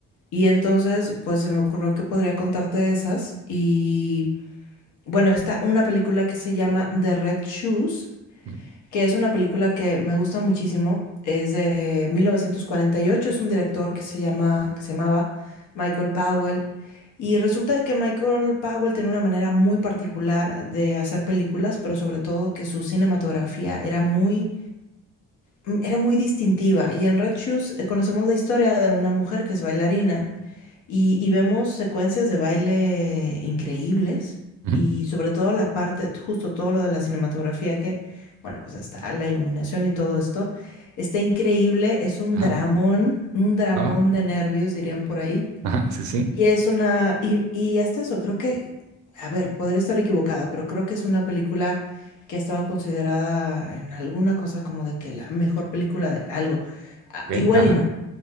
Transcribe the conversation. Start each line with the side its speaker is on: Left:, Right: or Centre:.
Left: Y entonces, pues se me ocurrió que podría contarte esas. Y bueno, está una película que se llama The Red Shoes
Right: ujú,
Left: que es una película que me gusta muchísimo. Es de 1948, es un director que se llama, que se llamaba Michael Powell. Y resulta que Michael Powell tenía una manera muy particular de hacer películas, pero sobre todo que su cinematografía era muy mm, era muy distintiva. Y en Red Shoes eh, conocemos la historia de una mujer que es bailarina y, y vemos secuencias de baile increíbles
Right: ujú,
Left: y sobre todo la parte, justo todo lo de la cinematografía que, bueno, pues está la iluminación y todo esto, está increíble, es un
Right: ajá,
Left: dramón, un dramón
Right: va, va,
Left: de nervios, dirían por ahí.
Right: ajá, sí, sí,
Left: Y es una, y, y hasta eso, creo que, a ver, podría estar equivocada, pero creo que es una película que ha estado considerada en alguna cosa como de que la mejor película de algo. Ah,
Right: ok,
Left: igual
Right: ajá,
Left: y no.